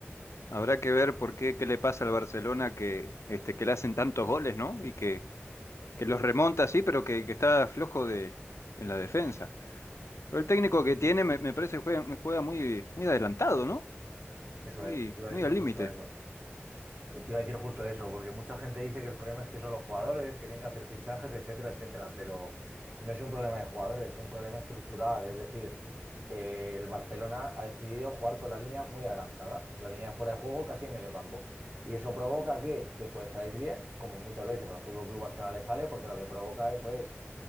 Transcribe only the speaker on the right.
Mm,
Eso
es, te iba
a decir
justo
eso. Eh, Te iba a decir justo eso, porque mucha gente dice que el problema es que son los jugadores, que tienen que hacer fichajes, etcétera, etcétera, pero no es un problema de jugadores, es un problema estructural. Es decir, eh, el Barcelona ha decidido jugar con la línea muy adelantada, la línea fuera de juego casi en medio campo. Y eso provoca que te puede salir bien, como muchas veces al Fútbol Club Barcelona le sale, porque lo que provoca eso es,